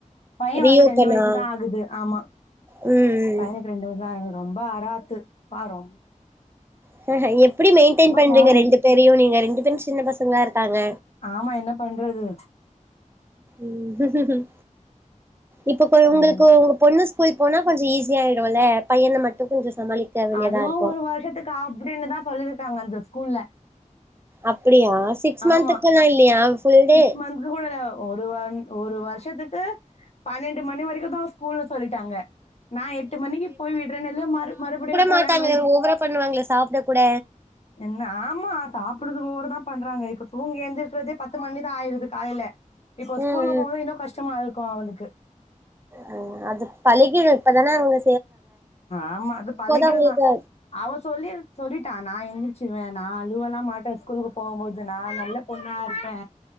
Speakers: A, on the left (about 55°); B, on the right (about 20°).
A: பையே
B: ரீ
A: வந்து
B: ஓப்பனா
A: ரெண்டு வயசுதா ஆகுது ஆமா
B: ம்
A: பையனுக்கு ரெண்டு வயசுதா ஆகுது ரொம்ப அராத்து பாரும்
B: ஹா ஹா எப்டி மெயின்டெயின் பண்றீங்க
A: வாலு
B: ரெண்டு பேரையு நீங்க ரெண்டு பேரும் சின்ன பசங்களா இருக்காங்க
A: ஆமா என்ன பண்றது
B: உம் இப்ப கொ உங்களுக்கு
A: ம்
B: உங்க பொண்ணு ஸ்கூல் போனா கொஞ்சோ ஈஸியா ஆயிடுல்ல பையன மட்டு கொஞ்சோ சமாளிக்க வேண்டியதா
A: அதுவும்
B: இருக்கு
A: ஒரு வருஷத்துக்கு அப்படின்னுதா சொல்லியிருக்காங்க அந்த ஸ்கூல்ல
B: அப்டியா சிக்ஸ்
A: ஆமா
B: மந்த்துக்குல்லா இல்லையா ஃபுல் டே
A: சிக்ஸ் மந்த் கூட இல்ல ஒரு வாரோ ஒரு வருஷ் வருஷத்துக்கு பன்னெண்டு மணி வரைக்குந்தா ஸ்கூல்னு சொல்லிட்டாங்க நா எட்டு மணிக்கு போய் விடுறேன்ல மறு மறுபடியு போய்
B: மாட்டாங்கள
A: அங்க இருந்து கூ
B: ஓவரா பண்ணுவாங்கலே சாப்ட கூட
A: என்ன ஆமா சாப்புட்றதுக்கு ஓவரா தா பண்றாங்க இப்ப தூங்கி எந்திரிக்குறதே பத்து மணிதா ஆயிருது காலைல இப்போ
B: ம்
A: ஸ்கூலுக்கு போனது இன்னு கஷ்டமா இருக் கோவோ அவுலுக்கு
B: அ அது‌ பழகிடு இப்ப தானே அவுங்க
A: ஆமா அது பழகிறு
B: அவங்களுக்கு
A: தா அவே சொல்லி சொல்லிட்டா நா எந்திரி சிருவே நா அழுவல்லா மாட்டே ஸ்கூலுக்கு போம்போது நா நல்ல பொண்ணா இருப்பே